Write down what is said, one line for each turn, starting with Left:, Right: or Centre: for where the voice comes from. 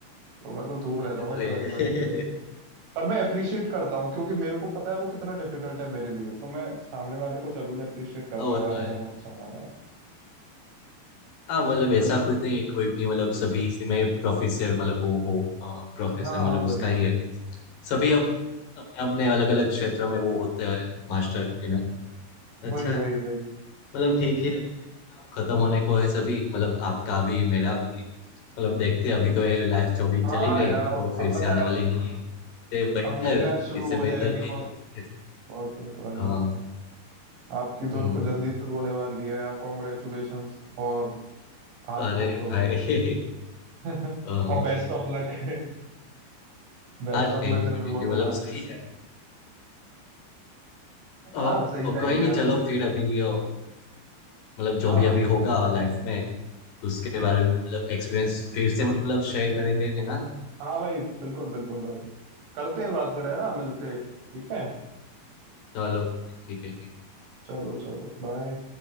Right: तो मैं तो दूर
Left: अच्छा,
Right: रहता हूँ
Left: अरे
Right: ड्राइंग ड्राइंग से
Left: <laughs>
Right: पर मैं अप्रिशिएट करता हूँ क्योंकि मेरे को पता है वो कितना डिफिकल्ट है मेरे लिए तो मैं सामने वाले को जरूर अप्रिशिएट करता
Left: वो
Right: हूँ यार
Left: तो
Right: अगर
Left: है
Right: वो अच्छा बनाता है
Left: हाँ मतलब ऐसा
Right: वही तो
Left: कुछ नहीं है कोई भी मतलब सभी इसी में प्रोफेसर मतलब वो हो प्रोफेसर
Right: हाँ
Left: मतलब
Right: हाँ वही
Left: उसका ही है सभी अप- अपने अपने अलग अलग क्षेत्र में वो होते हैं मास्टर यू नो अच्छा
Right: वही वही
Left: है
Right: वही
Left: मतलब ठीक है अभी देखो ना अब खत्म होने को है सभी मतलब आपका भी मेरा भी मतलब देखते हैं अभी तो ये लाइफ जो भी
Right: हाँ
Left: चली गई
Right: यार
Left: वो फिर
Right: अब
Left: से
Right: पता
Left: आने
Right: है
Left: वाली
Right: अब
Left: नहीं है इससे बेहतर
Right: अब नई लाइफ शुरू
Left: इससे
Right: हो
Left: बेहतर
Right: जाएगी
Left: कि
Right: कॉर
Left: जो भी जैसे
Right: कॉर्पोरेट वाली
Left: हाँ,
Right: आपकी तो
Left: हम्म,
Right: रुको जल्दी शुरू होने वाली है यार कॉन्ग्रेचुलेशंस और आपको
Left: अरे
Right: तो
Left: भाई <laughs>
Right: <laughs> और
Left: हाँ
Right: best of luck Best
Left: हाँ
Right: of
Left: थैंक
Right: luck <laughs> जरूर
Left: यू थैंक
Right: बोलूंगा
Left: यू मतलब सही जाएगा ओ,
Right: हाँ सही
Left: ओ,
Right: जाएगी
Left: कोई नहीं
Right: यार
Left: चलो फिर अभी ओ, मतलब जो
Right: हाँ
Left: भी अभी होगा लाइफ में उसके बारे में मतलब एक्सपीरियंस फिर से मतलब शेयर करेंगे है ना
Right: हाँ भाई बिल्कुल बिल्कुल भाई करते हैं बात फिर है ना मिलके ठीक है
Left: चलो ठीक है ठीक है।
Right: चलो चलो बाय